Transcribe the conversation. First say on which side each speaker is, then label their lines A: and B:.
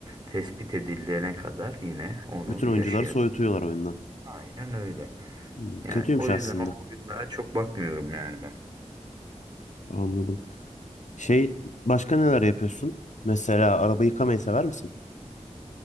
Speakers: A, on the right; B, on the left.
A: tespit edilene kadar yine onu
B: Bütün oyuncuları
A: yaşayabilir.
B: soyutuyorlar oyundan.
A: Aynen öyle.
B: Hmm,
A: Yani
B: kötüymüş
A: o
B: aslında.
A: yüzden o oyunlara çok bakmıyorum yani ben.
B: Anladım. Şey başka neler yapıyorsun? Mesela araba yıkamayı sever misin?